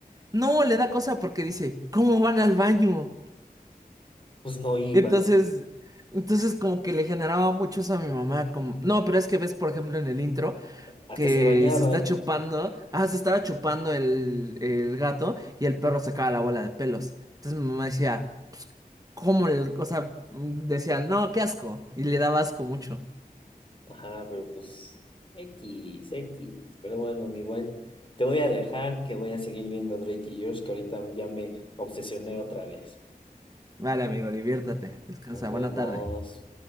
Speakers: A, on the right (about 25°); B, on the left (about 35°).
A: No, le da cosa porque dice, ¿cómo van al baño?
B: Pues no iban,
A: Entonces, entonces como que le generaba mucho eso a mi mamá. Como... No, pero es que ves, por ejemplo, en el intro
B: hasta
A: que
B: se bañaban.
A: se está chupando. Ah, se estaba chupando el, el gato y el perro sacaba la bola de pelos. Entonces mi mamá decía, pues, ¿cómo el...? O sea, decía, no, qué asco. Y le daba asco mucho.
B: Ajá, pero pues X, X. Pero bueno, mi buen, te voy a dejar que voy a seguir viendo Drake y Josh, que ahorita ya me obsesioné otra vez.
A: Vale, amigo, diviértete. Descansa.
B: Nos vemos.
A: Buena tarde.